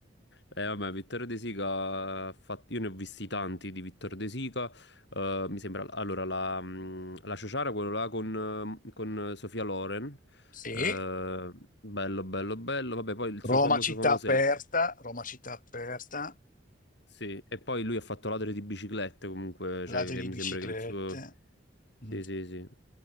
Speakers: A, on the left (about 65°); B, on the left (about 45°).
A: Eh, vabbè, Vittorio De Sica ha fatto... Io ne ho visti tanti di Vittorio De Sica. eh, mi sembra... Allora, la, mm, la Ciociara, quello là con, eh, con Sofia Loren.
B: Sì.
A: eh, bello, bello, bello. Vabbè, poi il
B: Roma
A: suo famoso
B: città
A: famoso
B: aperta,
A: è...
B: Roma città aperta,
A: Sì, e poi lui ha fatto ladri di biciclette comunque, cioè
B: ladri
A: che
B: di
A: mi
B: biciclette.
A: sembra che il suo... Sì,
B: Mm.
A: sì, sì.